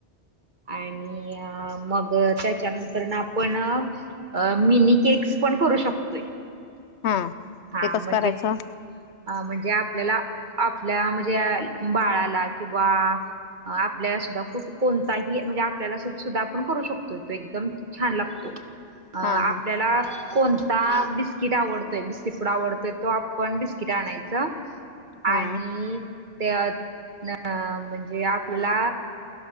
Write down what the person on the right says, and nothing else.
आणि आणि मग त्याच्यानंतर ना आपण मिनी केक्स पण करू शकतोय ह
हा
म्हणजे
अ म्हणजे आपल्याला आपल्या म्हणजे बाळाला किंवा अ आपल्याला सुद्धा कु कोणताही म्हणजे आपल्याला सुद्धा आपण करू शकतोय तो एकदम छान लागतोय अ
आपल्याला
कोणता बिस्किट आवडतोय बिस्किट कड आवडतोय तो आपण बिस्किट आणायच आणि
ते अ म्हणजे आपल्याला